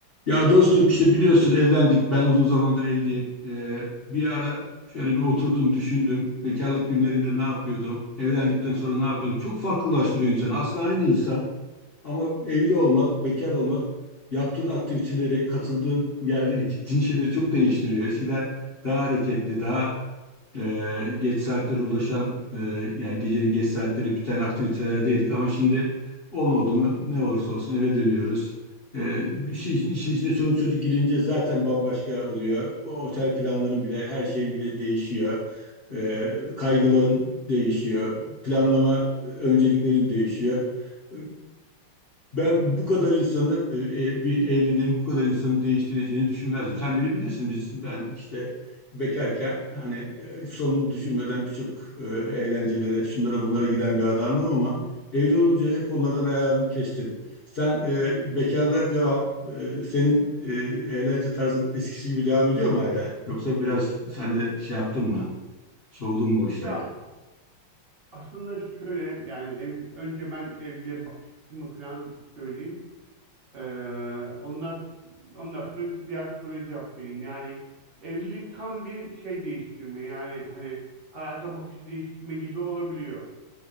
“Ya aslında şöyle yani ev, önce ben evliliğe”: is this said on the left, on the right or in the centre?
Right